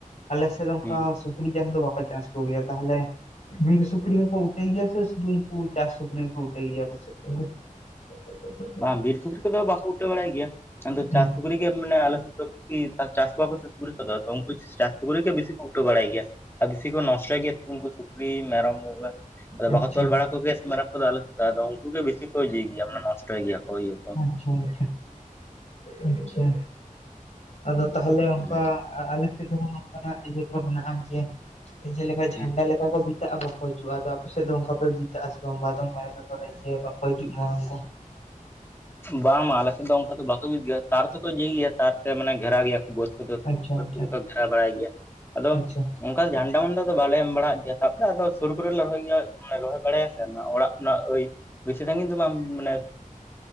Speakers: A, on the left (about 55°); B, on the left (about 15°).
A: ᱟᱞᱮᱥᱮᱫ ᱫᱚ ᱚᱱᱠᱟ
B: ᱦᱩᱸ
A: ᱥᱩᱠᱨᱤ ᱪᱟᱥ ᱫᱚ ᱵᱟᱠᱚ ᱪᱟᱥ ᱠᱚ ᱜᱮᱭᱟ ᱛᱟᱦᱚᱞᱮ, ᱵᱤᱱ ᱥᱩᱠᱨᱤ ᱦᱚᱠᱚ ᱩᱴᱟᱹᱭ ᱜᱮᱭᱟ ᱥᱮ ᱥᱩᱫᱷᱩ ᱩᱱᱠᱩ ᱪᱟᱥ ᱥᱩᱠᱨᱤ ᱠᱚ ᱩᱴᱟᱭ ᱜᱮᱭᱟ ᱠᱚ ᱥᱮ <inaudible>
B: ᱵᱟᱝ ᱵᱤᱨ ᱥᱩᱠᱨᱤ ᱠᱚᱫᱚ ᱵᱟᱠᱚ ᱩᱴᱟᱹᱣ ᱵᱟᱲᱟᱭ ᱜᱮᱭᱟ ᱟᱫᱚ
A: ᱦᱩᱸ
B: ᱪᱟᱥ ᱥᱩᱠᱨᱤ ᱜᱮ ᱢᱟᱱᱮ ᱟᱞᱮ ᱪᱟᱥ ᱠᱚᱣᱟ ᱠᱚ ᱜᱮᱭᱟ ᱠᱚ ᱩᱱᱠᱩ ᱪᱟᱥ ᱠᱚ ᱜᱮ ᱵᱤᱥᱤ ᱠᱚ ᱩᱴᱟᱹ ᱵᱟᱲᱟᱭ ᱜᱮᱭᱟ᱾ ᱟᱨ ᱵᱤᱥᱤ ᱠᱚ ᱱᱚᱥᱴᱚᱭ ᱜᱮᱭᱟ ᱩᱱᱠᱩ ᱥᱩᱠᱨᱤ ᱢᱮᱨᱚᱢ ᱠᱚᱫᱚ ᱟᱫᱚ
A: ᱟᱪᱪᱷᱟ
B: ᱵᱟᱠᱚ ᱛᱚᱞ ᱵᱟᱲᱟ ᱠᱚᱜᱭᱟ ᱥᱮ ᱢᱮᱨᱚᱢ ᱠᱚᱫᱚ ᱟᱞᱮ ᱛᱟᱦ ᱫᱚ ᱩᱱᱠᱩ ᱜᱮ ᱵᱮᱥᱤ ᱠᱚ ᱤᱭᱟᱭ ᱜᱮᱭᱟ ᱢᱟᱱᱮ ᱱᱚᱥᱴᱚᱭ ᱜᱮᱭᱟ ᱤᱭᱟ
A: ᱟᱪ ᱪᱷᱟ ᱟᱪ ᱪᱷᱟ ᱟᱪᱪᱷᱟ ᱟᱫᱚ ᱛᱟᱦᱮᱞᱮ
B: ᱦᱮᱸ
A: ᱚᱱᱠᱟ ᱟᱞᱮ ᱥᱮᱫ ᱨᱮ ᱱᱚᱝᱠᱟᱱᱟᱜ ᱤᱭᱟᱹ ᱠᱚ ᱢᱮᱱᱟᱜᱼᱟ ᱡᱮ ᱡᱮᱞᱮᱠᱟ ᱡᱷᱟᱱᱰᱟ
B: ᱦᱮᱸ ᱦᱮᱸ
A: ᱞᱮᱠᱟ <unintelligible> ᱵᱟᱠᱚ ᱦᱤᱡᱩᱜᱼᱟ ᱟᱫᱚ ᱟᱯᱮ ᱥᱮᱫ ᱫᱚ ᱚᱱᱠᱟ ᱯᱮ ᱵᱤᱜᱼᱟ ᱥᱮ <unintelligible> ᱠᱚᱨᱮ ᱥᱮ ᱵᱟᱠᱚ ᱦᱤᱡᱩᱜ ᱢᱟ ᱩᱱᱠᱩ
B: ᱵᱟᱝ ᱟᱞᱮᱥᱮᱫ ᱫᱚ ᱚᱱᱠᱟ ᱫᱚ ᱵᱟᱠᱚ ᱵᱤᱫ ᱜᱮᱭᱟ, ᱛᱟᱨ ᱠᱚᱫᱚ ᱤᱭᱟᱹ ᱜᱮᱭᱟ ᱛᱟᱨ ᱛᱮ ᱢᱟᱱᱮ ᱜᱷᱮᱨᱟ ᱜᱮᱭᱟ ᱠᱚ ᱵᱟᱹᱫᱽ
A: ᱟᱪᱪᱷᱟ ᱟᱪᱪᱷᱟ
B: ᱵᱟᱹᱫᱽ ᱠᱚᱫᱚ ᱠᱚ ᱜᱷᱮᱨᱟ ᱵᱟᱲᱟᱭ ᱜᱮᱭᱟ ᱟᱫᱚ
A: ᱟᱪᱪᱷᱟ
B: ᱚᱱᱠᱟ ᱫᱚ ᱡᱷᱟᱱᱰᱟ ᱢᱟᱱᱰᱟ ᱫᱚ ᱵᱟᱞᱮ ᱮᱢ ᱵᱟᱲᱟᱜ ᱜᱮᱭᱟ ᱛᱟᱯᱚᱨᱮ ᱟᱫᱚ ᱥᱩᱨ ᱠᱚᱨᱮ ᱞᱮ ᱨᱚᱦᱚᱭ ᱜᱮᱭᱟ ᱨᱚᱦᱚᱭ ᱵᱟᱲᱟᱭᱟ ᱥᱮ ᱚᱲᱟᱜ ᱠᱷᱚᱱᱟᱜ ᱚᱭ ᱵᱮᱥᱮ ᱥᱟᱹᱜᱤᱧ ᱠᱤᱱᱛᱩ ᱵᱟᱝ ᱢᱟᱱᱮ